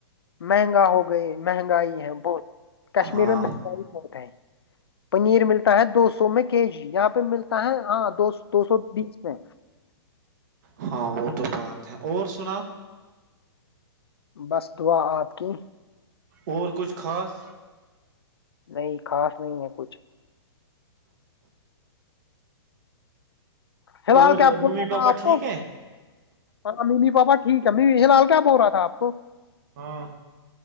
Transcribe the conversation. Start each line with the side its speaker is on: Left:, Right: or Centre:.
Left: مہنگا ہو گئی مہنگائی ہے بہت کشمیر
Right: ہاں
Left: میں مہنگائی بہت ہے پنیر ملتا ہے دو سو میں کے جی یہاں پہ ملتا ہے ہاں دوو دو سو بیس میں
Right: ہاں وہ تو بات ہے اور سنا
Left: بس دعا آپ کی
Right: اور کچھ خاص
Left: نہیں خاص نہیں ہے کچھ فی الحال
Right: اور
Left: کیا بول
Right: ممی
Left: رہا تھا
Right: پاپا
Left: آپ
Right: ٹھیک
Left: کو
Right: ہے
Left: ہ ممی پاپا ٹھیک ہے یلال کیا بول رہا تھا آپ کو
Right: ہاں